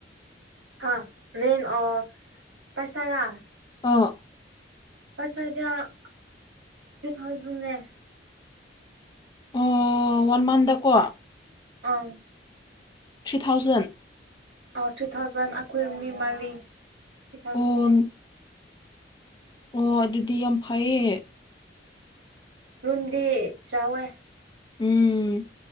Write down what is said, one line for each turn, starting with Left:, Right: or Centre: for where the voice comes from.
Right: ꯍꯥ ꯔꯦꯟ ꯑ ꯄꯩꯁꯥꯔ
Left: ꯑꯥ
Right: <unintelligible> ꯇꯨ ꯊꯥꯎꯖꯟ ꯑꯦ
Left: ꯑꯝ ꯋꯥꯟ ꯃꯥꯟꯗꯀꯣ
Right: ꯑꯥ
Left: ꯊ꯭ꯔꯤ ꯊꯥꯎꯖꯟ
Right: ꯑꯥ ꯊ꯭ꯔꯤ ꯊꯥꯎꯖꯟ ꯑꯩꯈꯣꯏ ꯃꯤ ꯃꯔꯤ ꯊ꯭ꯔꯤ ꯊꯥꯎꯖꯟꯅꯦ
Left: ꯑꯣ ꯑꯣ ꯑꯗꯨꯗꯤ ꯌꯥꯝ ꯐꯩꯌꯦ
Right: ꯔꯨꯝꯗꯤ ꯆꯥꯎꯋꯦ
Left: ꯎꯝ